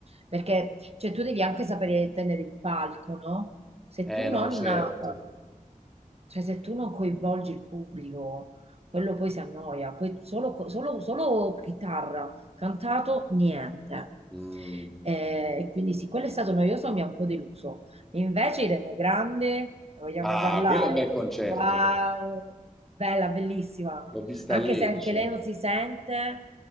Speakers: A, on the right; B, in the centre.
A: Perché cioè, tu devi anche sapere tenere il palco, no? se
B: eh,
A: tu non,
B: no, certo.
A: eh, cioè se tu non coinvolgi il pubblico, quello poi si annoia, poi solo, co- solo- solo chitarra, cantato, niente.
B: Mm.
A: Eh, E quindi sì, quello è stato noioso, mi ha un po' deluso. Invece Irene Grande, ne vogliamo
B: Ah,
A: parlare?
B: quello è un bel concerto.
A: Wow, bella, bellissima.
B: L'ho vista
A: Anche
B: a Lecce.
A: se anche lei non si sente,